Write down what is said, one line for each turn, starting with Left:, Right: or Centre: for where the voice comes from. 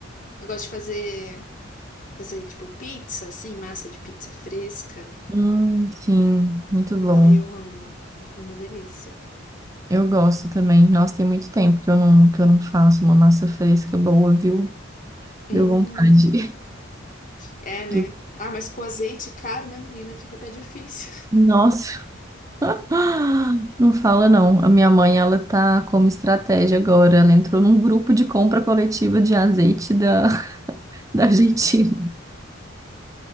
Left: Eu gosto de fazer, fazer tipo pizza, assim, massa de pizza fresca.
Right: Hum, sim, muito bom.
Left: Ah, eu amo. É uma delícia.
Right: Eu gosto também. Nossa, tem muito tempo que eu não, que eu não faço uma massa fresca boa, viu?
Left: Hum,
Right: Deu vontade.
Left: é, né?
Right: <laughs> de-
Left: Ah, mas com azeite caro, né, menina? Fica até difícil.
Right: Nossa, <gasps> não fala não. A minha mãe, ela tá como estratégia agora. Ela entrou num grupo de compra coletiva de azeite da, <laughs> da Argentina.